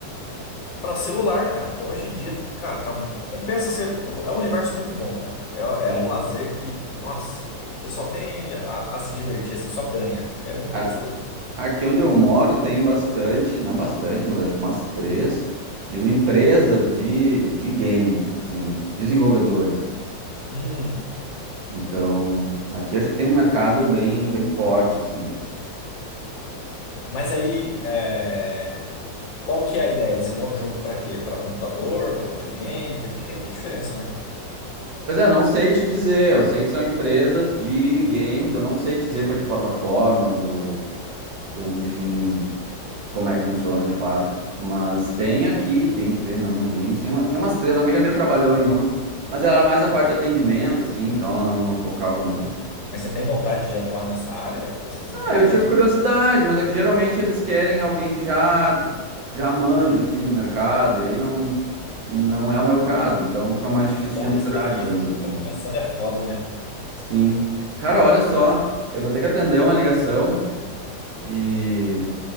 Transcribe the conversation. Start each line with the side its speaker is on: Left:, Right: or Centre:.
Left: Pra celular, cara. Então hoje em dia, cara, tá, um- compensa ser. É um universo muito bom, cara. É,
Right: Sim.
Left: é um lazer que, nossa, você só tem a, a se divertir, assim, só ganha. É muito
Right: A-
Left: gostoso.
Right: Aqui onde eu moro tem bastante, não bastante, mas acho que umas três, digo, empresas de, de game, assim, desenvolvedores.
Left: Hum,
Right: Então, aqui acho que tem um mercado bem, bem forte, assim.
Left: mas aí, é. Qual que é a ideia? Desenvolve jogo pra quê? Pra computador, pra videogame? Tem- Porque tem muita diferença, né?
Right: Pois é, não sei te dizer, eu sei que são empresas de games, eu não sei te dizer para que plataformas ou, ou enfim, como é que funciona de fato. Mas tem aqui, tem, deixa eu ver, Nano Games. Tem, uma, tem umas três, a amiga minha trabalhou em uma, mas ela era mais a parte de atendimento, assim, então ela não, não focava no.
Left: Mas você tem vontade de atuar nessa área dessas empresas?
Right: Ah, eu tinha curiosidade, mas é que geralmente eles querem alguém que já, já manja, assim, do mercado, e aí não, não é o meu caso, então fica mais difícil
Left: Cobra
Right: de entrar,
Left: experiência
Right: digamos
Left: de
Right: assim.
Left: quem tá começando é foda, né?
Right: Sim. Cara, olha só, eu vou ter que atender uma ligação e